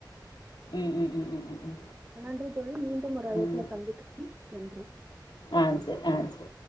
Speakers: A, on the left (about 80°); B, on the right (about 20°).
A: ம் ம் ம் ம் ம்
B: ஆ நன்றி தோழி மீண்டும் ஒரு அழைப்புல
A: ம் ம்
B: சந்திக்கலா நன்றி
A: ஆ சரி ஆ சரி